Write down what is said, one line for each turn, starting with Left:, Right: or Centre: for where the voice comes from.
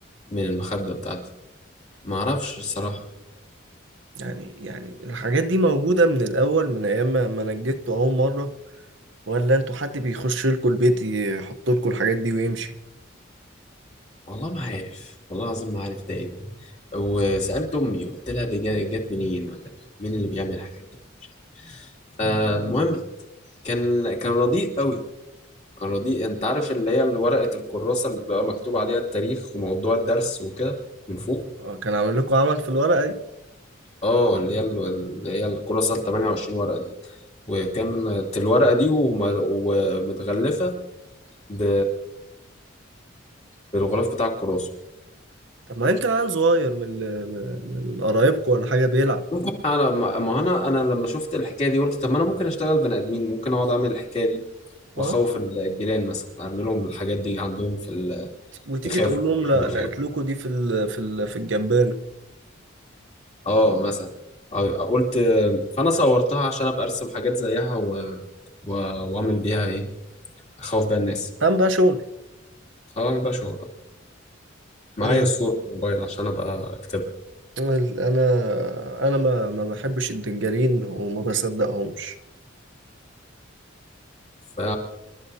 Left: من المخده بتاعتي ما اعرفش الصراحه
Right: يعني يعني الحاجات دي موجودة من الأول من أيام ما ما نجدتوا أول مرة ولا انتوا حد بيخش لكم البيت يحط لكم الحاجات دي ويمشي؟
Left: والله ما عارف والله العظيم ما عارف ده ايه ده وسألت أمي قلت لها دي جا- جت منين ولا مين مين اللي بيعمل الحاجات دي مش عارف. فالمهم كان كان رديء قوي كان رديء انت عارف اللي هي اللي ورقة الكراسة اللي بقى مكتوب عليها التاريخ وموضوع الدرس وكده من فوق
Right: اه، كان عامل لكم عمل في الورقة دي؟
Left: اه اللي هي ال- اللي هي الكراسة ال 28 ورقة دي وكانت الورقة دي وم- ومتغلفة ب... بالغلاف بتاع الكراسة
Right: طب ما يمكن عيل صغير من ال- من من قرايبكم ولا حاجة بيلعب
Left: ممكن على ما ما انا انا لما شفت الحكايه دي قلت طب ما انا ممكن اشتغل بني ادمين ممكن اقعد اعمل الحكايه دي
Right: اه
Left: واخوف الجيران مثلا اعمل لهم الحاجات دي عندهم في ال...
Right: وتيجي
Left: يخافوا
Right: تقول لهم لا
Left: عشان يخافوا
Right: لقيت لكم دي في ال في ال في الجبانة
Left: اه مثلا أو- قلت فانا صورتها عشان ابقى ارسم حاجات زيها و... و... واعمل بيها ايه اخوف بيها الناس
Right: قام بقى شغل
Left: اه اعمل بقى شغل معايا
Right: ال-
Left: الصور في الموبايل عشان ابقى اكتبها
Right: انا انا ما ما بحبش الدجالين وما بصدقهمش
Left: ف